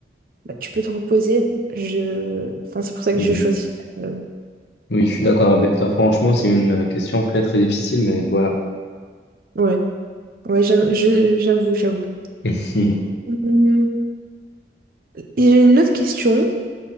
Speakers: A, on the right; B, on the left.
A: bah, tu peux te reposer. Je... Enfin, c'est pour ça que
B: Hum,
A: je choisis. euh,
B: Oui, je suis d'accord avec toi. Franchement, c'est une question très, très difficile, mais voilà.
A: Ouais, ouais, j'a- je- j'avoue, j'avoue.
B: <laughs>
A: Hum, Et j'ai une autre question.